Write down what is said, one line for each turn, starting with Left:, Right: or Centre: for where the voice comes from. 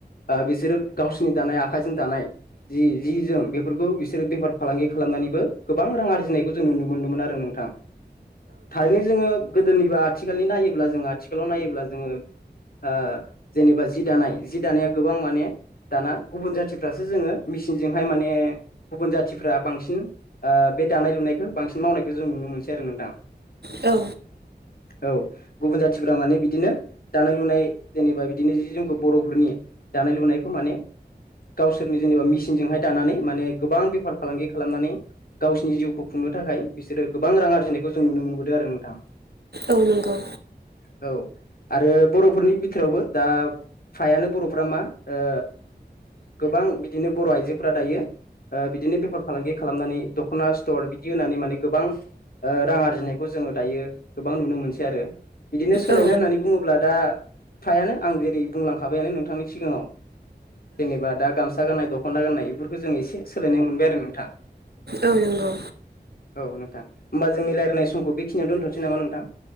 Left: ओ बिसोरो गावसोरनि दानाय आखाइजों दानाय जि जि जोम बेफोरखौ बिसोरो बेफार फालांगि खालामनानैबो गोबां रां आरजिनायखौ जों नुनो मोनदोंमोन आरो नोंथां थारैनो जोङो। गोदोनिबा आथिखालनि नायोब्ला जो आथिखालाव नायोब्ला जोङो। आं जेनेबा जि दानाय जि दानाया गोबां माने दाना गुबुन जाथिफ्रासो जोङो मिचिनजोंहाय माने गुबुन जाथिफ्रा बांसिन ओ बे दानाय लुनायखो बांसिन मावनायखो जों नुनो मोनसै आरो नोंथां।
Right: औ।
Left: औ गुबुन जाथिफोरा माने बिदिनो दानाय लुनाय जेनेबा बिदिनो जि जोमखौ बर'फोरनि दानाय लुनायखौ माने गावसोरनि जेनेबा मेसिनजोंहाय दानानै माने गोबां बेफार फालांगि खालामनानै गावसिनि जिउखौ खुंनो थाखाय बिसोरो गोबां रां आरजिनायखौ जों नुनो मोनबोदों आरो नोंथां।
Right: औ नंगौ।
Left: औ आरो बर'फोरनि बिथोरावबो दा फायानो बर'फोरा मा ओ गोबां बिदिनो बर' आइजोफोरा दायो ओ बिदिनो बेफार फालांगि खालामनानै दख'ना स्तर बिदि होनानै माने गोबां ओ रां आरजिनायखौ जोङो दायो गोबां नुनो मोनसै आरो। बिदिनो सोलायनाय
Right: औ
Left: होननानै बुङोब्ला दा फ्रायानो आं जेरै बुंलांखाबायानो नोंथांनि सिगाङाव। जेनेबा दा गामसा गाननाय दख'ना गाननाय बेफोरखौ जों एसे सोलायनाय मोनबाय आरो नोंथां।
Right: औ नंगौ।
Left: औ नोंथां होमबा जोंनि रायज्लायनाय समखौ बेखिनियाव दोनथ'नोसै नामा नोंथां।